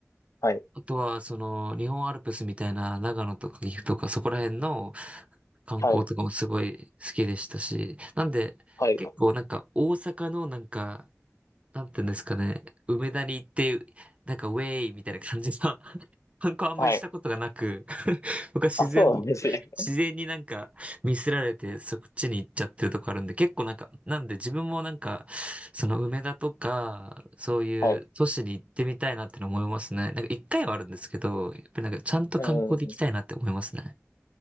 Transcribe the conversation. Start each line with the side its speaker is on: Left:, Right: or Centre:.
Left: はい。
Right: あとはその日本アルプスみたいな長野とか岐阜とかそこら辺の観光とかもすごい好きでしたし、
Left: はい。
Right: なんで結構なんか大阪のなんか
Left: はい。
Right: なんていうんですかね、梅田に行って、なんかウェイみたいな感じの <laughs> 観光あんまりしたことがなく
Left: はい。
Right: <laughs> 僕は自然、
Left: あ、そうなんですね。
Right: 自然になんかミスられてそっちに行っちゃってるとこあるんで、結構なんか、なんで自分もなんか、その梅田とか、そういう都市に行ってみたいなっての思いますね。
Left: <laughs> はい。
Right: なんか一回はあるんですけど、やっぱりなんかちゃんと観光で行きたいなって思いますね。
Left: うんうんうん。